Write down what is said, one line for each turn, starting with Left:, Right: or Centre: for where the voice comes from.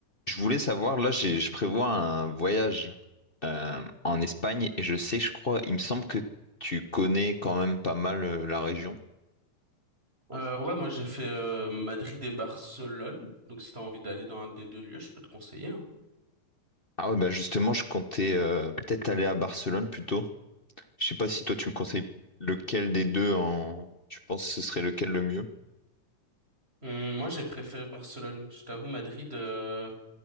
Left: Je voulais savoir, là, j'ai- je prévois un voyage euh, en Espagne et je sais, je crois, il me semble que tu connais quand même pas mal euh, la région.
Right: Euh, ouais, moi j'ai fait euh, Madrid et Barcelone. Donc si t'as envie d'aller dans un des deux lieux, je peux te conseiller. hein.
Left: Ah ouais, bah justement, je comptais euh, peut-être aller à Barcelone plutôt. Je sais pas si toi tu me conseilles lequel des deux en... Tu penses que ce serait lequel le mieux?
Right: Hum, moi j'ai préféré Barcelone. Je t'avoue, Madrid, euh,